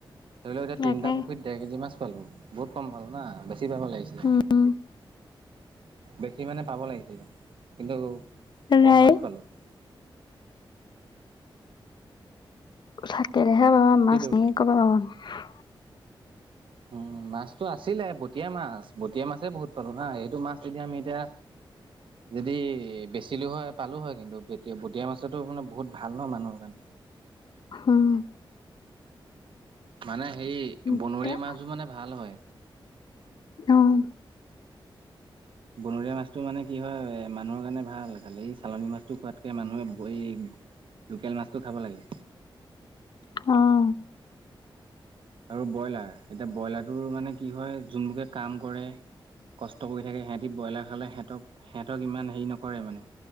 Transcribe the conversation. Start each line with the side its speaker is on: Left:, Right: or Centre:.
Right: ধৰি লও এতিয়া
Left: তাকে
Right: তিনিটা পুখুৰীত দেৰ কেজি মান মাছ পালো বহুত কম পালোঁ। নাহ বেছি ভাগৰ লাগিছিলে
Left: উম
Right: বেছি মানে পাব লাগিছিলে কিন্তু কম
Left: নাই
Right: মাছ পালোঁ।
Left: থাকিলেহে পাবা মাছ
Right: কিটো?
Left: এনে কৰ পৰা‌ পাবা
Right: উম মাছটো আছিলে বটিয়া মাছ বটীয়া মাছে বহুত পালো না সেইটো মাছ যদি আমি এতিয়া যদি বেচিলো হয় পালো হয় কিন্তু বটিয়া মাছতো মানে বহুত ভাল নহ মানুহৰ কাৰণে
Left: হোম।
Right: মানে সেই
Left: এতিয়া
Right: বনৰীয়া মাছবোৰ মানে ভাল হয়।
Left: অ <inaudible>
Right: বনৰীয়া মাছটো মানে কি হয় মানুহৰ কাৰণে ভাল খালি এই চালনী মাছটো খোৱাতকে মানুহে ধৰি লোকেল মাছটো খাব লাগে।
Left: অহ।
Right: আৰু ব্ৰইলাৰ এতিয়া ব্ৰইলাৰটোৰ মানে কি হয় যোনবোৰে কাম কৰে কষ্ট কৰি থাকে সিহঁতি ব্ৰইলাৰ খালে সিহঁতক সিহঁতক ইমান হেৰি নকৰে মানে